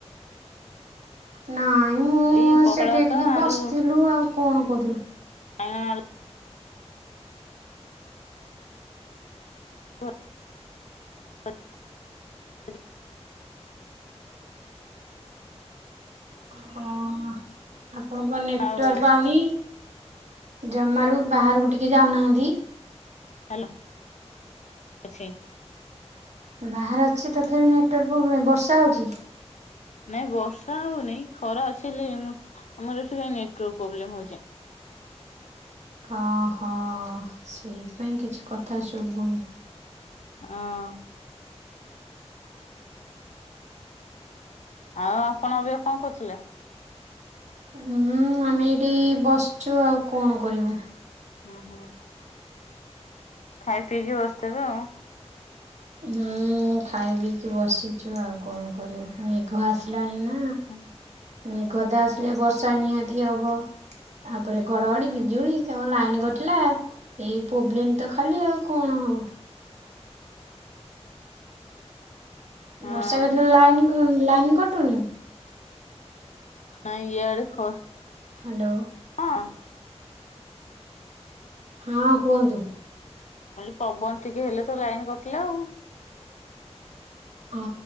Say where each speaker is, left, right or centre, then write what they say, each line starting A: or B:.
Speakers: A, on the right; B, on the left.
A: ନାଇଁ ମୁଁ
B: ଏଇ ପଖାଳ
A: ସେଠେ
B: ଭାତ
A: ଟିକେ
B: ଆଳୁ
A: ବସିଥିଲୁ ଆଉ କଣ କରିବୁ?
B: ହଁ ଆଉ <inaudible>
A: ହଁ ଆପଣଙ୍କ ନେଟୱାର୍କ
B: ଆଉ
A: ପାଉନି ଜମାରୁ ବାହାରକୁ ଟିକେ ଯାଉଁନାହାନ୍ତି?
B: ହାଲୋ ଅଛି।
A: ବାହାରେ ଅଛି ତଥାପି ନେଟୱାର୍କ ପ୍ରୋବ୍ଲେମ୍ ବର୍ଷା ହେଉଛି?
B: ନାଇଁ ବର୍ଷା ହଉନାଇଁ ଖରାଅଛି ହେଲେ ହେମ ଆମର ଏଠିଁ ନେଟୱାର୍କ ପ୍ରୋବ୍ଲେମ୍ ହଉଛି।
A: ହଁ ହଁ ସେଇଥିପାଇଁ କିଛି କଥା ଶୁବୁନି
B: ହଁ। ଆଉଁ ଆପଣ ଏବେ କଣ କରୁଥିଲେ?
A: ହୁଁ ଆମେ ଏଇଠିଁ ବସିଛୁ ଆଉ କଣ କରିବୁ?
B: ହୁଁ ହୁଁ। ଖାଇ ପିଇକି ବସିଥିବେ ଆଉ?
A: ହୁଁଉଁ ଖାଇପିଇକି ବସିଛୁ ଆଉଁ କଣ କରିବୁ ମେଘ ଆସିଲାଣି ନାଁ
B: ହୁଁ।
A: ମେଘ ତ ଆସିଲେ ବର୍ଷା ନିହାତି ହବ। ତାପରେ ଘଡଘଡି ବିଜୁଳି ତା ପରେ ଲାଇନ କଟିଲା ଏଇ ପ୍ରୋବ୍ଲେମ୍ ତ ଖାଲି ଆଉଁ କଣ ହବ
B: ହଁ
A: ବର୍ଷା କେତେଜୋରେ ଲାଇନ ଲାଇନ୍ କଟୁନି?
B: ନାଁଇ ଇଆଡେ ଖସଁ
A: ହ୍ୟାଲୋ।
B: ହଁ।
A: ହଁ କୁହନ୍ତୁ?
B: ଖାଲି ପବନ ଟିକେ ହେଲେ ତ ଲାଇନ୍ କଟିଲା ଆଉ।
A: ହଁ